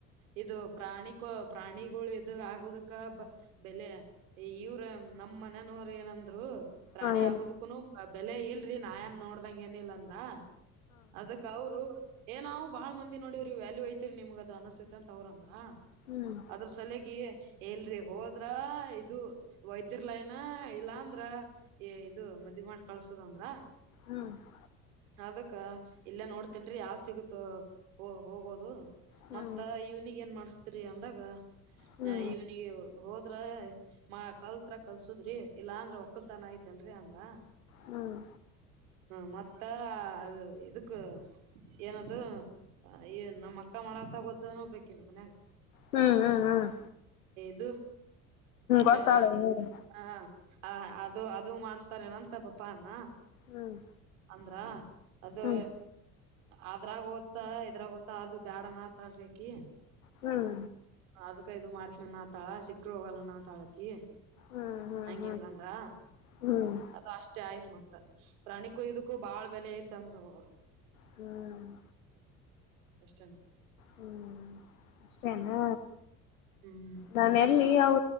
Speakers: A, on the right; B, on the left.
A: ಇದು ಪ್ರಾಣಿಿಕ ಪ್ರಾಣಿಗಳು ಇದದು ಆಗೋದಕ್ಕ ಬೆಲೆ ಇವ್ರ ನಮ್ಮ ಮ್ಮನ ನೋರು ಏನಂದ್ರು ಪ್ರಾಣಿ
B: ಹಾ ಏನ್
A: ಆಗೋದಕ್ಕೂನು ಬೆಲೆ ಇಲ್ರಿ ನಾನ್ ನೋಡ್ದಂಗ ಏನಿಲ್ಲಾಂದ್ರ ಅದಕ್ಕ ಅವರು ಏನಾವ ಬಹಳ ಮಂದಿ ನೋಡ್ರಿ ವ್ಯಾಲ್ಯೂ ಐತಿರಿ ನಿಮ್ಗ ಅದ ಅನಸ್ತೈತಿ ಅಂತ ತವ್ರ ಅಂದ್ರ
B: ಹ್ಮ್
A: ಅದ್ರ ಸಲಗಿ ಎಲ್ರರಿ ಹೋದ್ರ ಇದು ವೈದ್ಯರ್ ಲ ನ ಇಲ್ಲ ಅಂದ್ರ ಇದು ಮದ ಇ ಮಾಡಿ ಕಳ್ಸದ ಅಂದ್ರ
B: ಹ್ಮ್ <inaudible>
A: ಅದಕ್ಕ ಇಲ್ಲ ನೋಡ್ತನ್ಿ ಯಾವ ಸಿಗುತ್ತ ಹೋಗಬೋದು
B: ಹ್ಮ್
A: ಮತ್ತ ಇವ್ನಿಿಗೆ ಏನ್ ಮಾಡಸ್ತರಿಿ ಅಂದಾಗ
B: ಹ್ಮ್
A: <inaudible> ಇವ್ನಿಿಗೆ ಹೋದ್ರ ಮಾ ಕಲ್ತ್ರ ಕಲ್ಸುದ್ರಿ ಇಲ್ಲಾ ಅಂದ್ರ ಒಕ್ಕಲ್ತಾನ ಐತಲ್ರರಿ ಅಂದ್ರ
B: ಹ್ಮ್
A: ಹ ಮತ್ತ ಅದು ಇದಕ್ಕ ಏನ ಅ ಏನ್ ನಮ್ಮ ಅಕ್ಕ ಮಾಡತ ಗದನ ಬೇಕ ನಮ್ಮ ಮನ್ಯಾಗ
B: ಹ್ಮ್ ಹ್ಮ್ ಹ್ಮ್
A: ಅದು
B: ಗೊತ್ತಾಳ
A: ಬೇ
B: ಹೇಳಿ
A: ಹಾ ಹ ಅದು ಅದು ಮಾಡ್ಸ್ತಾರೇನ ಅಂತ ಪಪ ಅಾನ
B: ಹ್ಮ್
A: ಅಂದ್ರ ಅದು
B: ಹ್ಮ್
A: ಅದ್ರಾಗ ಓದತಾ ಇದ್ರಾಗ ಓದತ್ತಾ ಅದು ಬೇಡ ನತಾಡ್ರಕಿ
B: ಹ್ಮ್
A: ಅದ್ ಇದು ಮಾಡತ್ನನ್ ಆ ತಾಳ ಸಿಕ್ಕರು ಹೋಗಲ್ಲ ನ ಆ ತಾಳಕ್ಕೆ
B: ಹ್ಮ್ ಹ್ಮ್
A: ಹಂಗ
B: ಹ್ಮ್
A: ಹೆಂಗಂದ್ರ
B: ಹ್ಮ್ ಹ್ಮ್ ಹ್ಮ್ ಹ್ಮ್
A: ಅದು ಅಷ್ಟೇ ಆಯ್ತ್ ಮತ್ತ್ ಪ್ರಾಣಿಿಕೂಯ್ದಕ್ಕೂ ಬಾಳ ಬೆಲೆ ಐತಂದ್ರ ಅವರು
B: ಹ್ಮ್
A: ಎಷ್ಟಣ
B: ಹ್ಮ್ ಅಷ್ಟೇನಾ
A: ಹ್ಮ್
B: ನಾನ ಎಲ್ಲಿ ಅವ